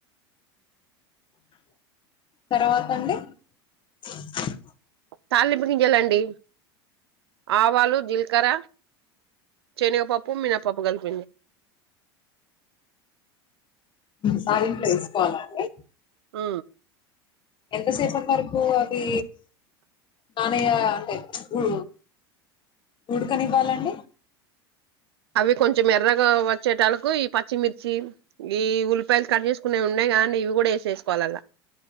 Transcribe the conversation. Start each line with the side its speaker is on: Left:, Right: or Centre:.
Left: తర్వాత అండి <unintelligible>
Right: తాళనింపగించాలండి ఆవాలు జిలకర చెని పాపం మీన ప పాపం పోగల్ ప
Left: సార్ ఇంట్లో వేసుకోవాలండి
Right: ఆ
Left: ఎంత సేపం వరకు అది నానయ అంటే గు ఉడుకనివ్వాలండి
Right: అవి కొంచెం ఎర్రగా వచ్చేటలు ఈ పచ్చిమిర్చి ఈ ఉల్లిపాయలు కట్ చేసుకునేవి ఉండేయి కాగానీ ఇవి కూడా వేసేసుకోవాలి అలా